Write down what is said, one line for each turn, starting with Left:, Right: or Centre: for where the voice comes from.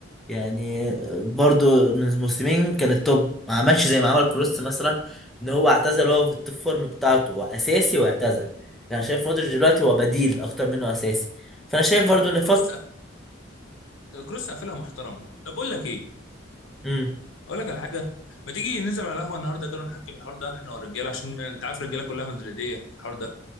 Centre: يعني برضو من موسمين كان التوب ما عملش زي ما عمل كروس مثلا ان هو اعتزل وهو في التوب فورم بتاعته هو اساسي واعتزل يعني انا شايف مودريتش دلوقتي هو بديل اكتر منه اساسي فانا شايف
Left: هو
Centre: برضو ان
Left: الكروس
Centre: فط
Left: الكروس قافلها محترمه طب اقول لك ايه؟
Centre: امم
Left: اقول لك على حاجه ما تيجي ننزل على القهوه النهارده كده ونحكي في الحوار ده احنا والرجاله عشان انت عارف الرجاله كلها مدريديه في الحوار ده